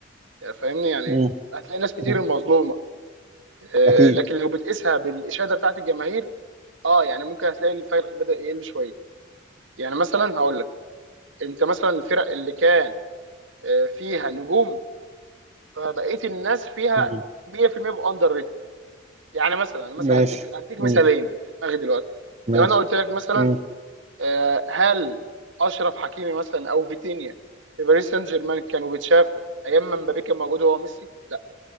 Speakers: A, on the right; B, on the right.
A: يعني فاهمني يعني
B: مم.
A: هتلاقي ناس كتير
B: مم.
A: المظلومه آه،
B: اكيد
A: لكن لو بتقيسها بالاشاده بتاعت الجماهير اه يعني ممكن هتلاقي الفرق بدا يقل شويه يعني مثلا هقول لك انت مثلا الفرق اللي كان آه، فيها نجوم فبقيه الناس فيها
B: مم.
A: 100% بيبقوا اندر ريتد يعني مثلا مثلا
B: ماشي
A: هديك هديك
B: مم.
A: مثالين في دماغي دلوقتي
B: ماشي
A: لو انا قلت لك مثلا
B: مم.
A: آه، هل اشرف حكيمي مثلا او فيتينيا في باريس سان جيرمان كانوا بيتشافوا ايام ما مبابي كان موجود هو ميسي لا